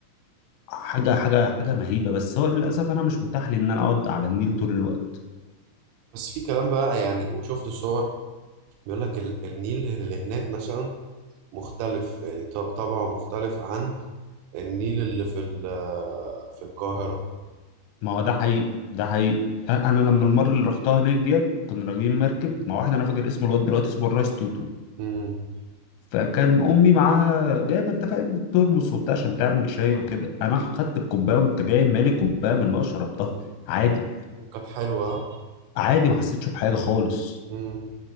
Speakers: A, on the left; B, on the right.
A: حاجه حاجه حاجه مهيبه بس هو للاسف انا مش متاح لي ان انا اقعد على النيل طول الوقت
B: بس في كلام بقى يعني وشفت الصور بيقول لك ال- النيل اللي هناك مثلا مختلف يعني طب طبعه مختلف عن النيل اللي في ال- في القاهرة
A: ما هو ده حقيقي ده حقيقي انا أنا لما المره اللي رحتها هناك ديت كنا راكبين مركب مع واحد انا فاكر اسمه لغايه دلوقتي اسمه الرايس توتو
B: امم
A: فكان امي معاها جايبه انت فاهم الترمس وبتاع عشان تعمل شاي وكده انا خدت الكوبايه وانت جاي مالي كوبايه من الماء شربتها عادي
B: وكانت حلوة
A: عادي ما حسيتش بحاجه خالص
B: امم